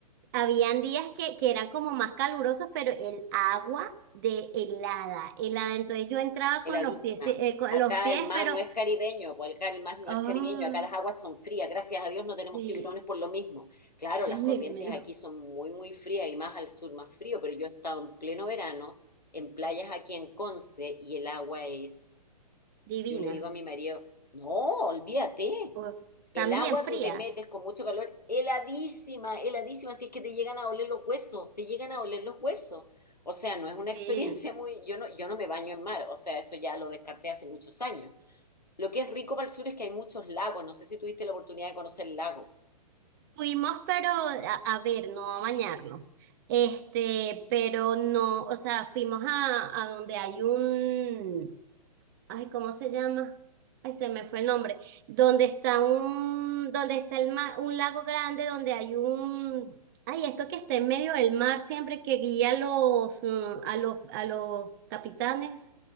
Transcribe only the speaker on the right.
habían días que, que eran como más calurosos, pero el agua de helada, helada. Entonces yo entraba
con los pies, eh, con
los pies,
pero...
ah,
sí,
<laughs>
ay, me-
divina.
Pues, también
fría.
Sí.
Fuimos, pero a, a ver, no a bañarnos. Este, pero no, o sea, fuimos a, a donde hay un, ay, ¿cómo se llama? Ay, se me fue el nombre. Donde está un, donde está el ma- un lago grande, donde hay un, ay, esto que está en medio del mar siempre que guía a los, mm, a los, a los capitanes.